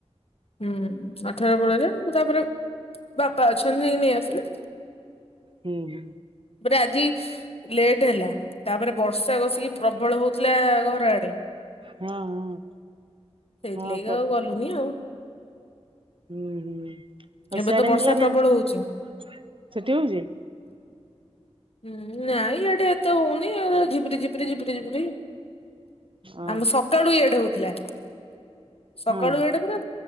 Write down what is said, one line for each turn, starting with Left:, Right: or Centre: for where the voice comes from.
Left: ହୁଁ ଆଠରେ ପଳେଇାଏ ମୁଁ ତାପରେ ବାପା ଅଛନ୍ତୀ ନେଇ ଆସିଲ
Right: ହୁଁ ହୁଁ।
Left: ପରେ ଆଜି ଲେଟ ହେଲା ତାପରେ ବର୍ଷା ବଷିକି ପ୍ରବଳ ହଉଥିଲା ଘର ଆଡେ
Right: ହଁ
Left: ସେଇଥିଲାଗ
Right: ହଁ ହଁ
Left: ଆଉ
Right: ପ
Left: ଗଲୁନି ଆଉ।
Right: ହୁଁ ହୁଁ। ଆଉ
Left: ଏବେ
Right: ସେଆଡେ
Left: ତ ବର୍ଷା
Right: ହେଲାନି
Left: ପ୍ରବଳ
Right: ସେଠି
Left: ହଉଛି
Right: ହଉଛି।
Left: ହୁଁ ନାଇଁ ଇଆଡେ ଏତେ ହଉନି ଝିିପିରି ଝିପରି ଝିିବରି ଝିିବରି
Right: ଓହୋ
Left: ଆମ ସକାଳୁ ଇଆଦେ ହଉଥିଲା। ସକାଳୁ
Right: ହଁ
Left: ଏଟା ପୁରା